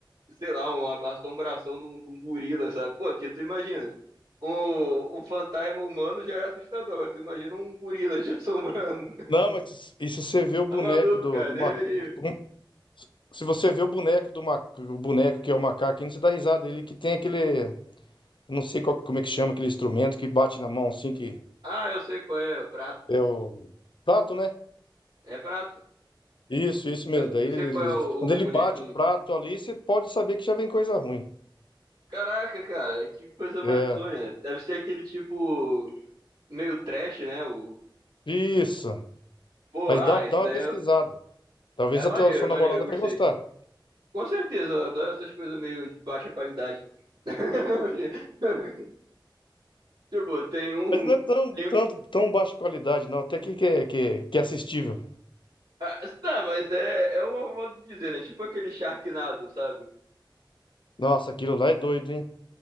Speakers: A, on the right; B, on the left.
A: sei lá, uma assombração de um, de um gorila, sabe? Pô, que tu imagina. Um, um fantasma humano já é assustador. Agora tu imagina um gorila te assombrando. <laughs>
B: Não, mas se- e se você vê o boneco
A: Tá maluco,
B: do,
A: cara,
B: do
A: Deus
B: ma-
A: me livre.
B: um- Se você vê o boneco do ma- o boneco que é o macaco, ainda você dá risada. Ele que tem aquele. Não sei qual- como é que chama aquele instrumento que bate na mão assim, que
A: Ah, eu sei qual é, o prato.
B: é o prato, né?
A: É prato.
B: Isso, isso mesmo.
A: Eu,
B: Daí
A: eu
B: ele,
A: sei qual
B: ele-
A: é o,
B: quando ele
A: o bonequinho.
B: bate o prato ali, você pode saber que já vem coisa ruim.
A: Caraca, cara, é que coisa
B: É,
A: mais bizonha. Deve ser aquele tipo meio trash, né? O...
B: isso.
A: Pô,
B: Mas
A: ah,
B: dá, dá
A: isso daí
B: uma pesquisada.
A: é,
B: Talvez
A: é maneiro,
B: a tua- sua namorada
A: maneiro, eu gostei.
B: vai gostar.
A: Com certeza, eu adoro essas coisas meio de baixa qualidade. <laughs> Tipo, tem um.
B: Mas não é tão,
A: Tem
B: tanto,
A: um...
B: tão baixa qualidade, não. Até que, que, é- que, é- que é assistível.
A: Ah, tá, mas é, é um modo de dizer, né? Tipo aquele Sharknado, sabe?
B: Nossa, aquilo lá é doido, hein?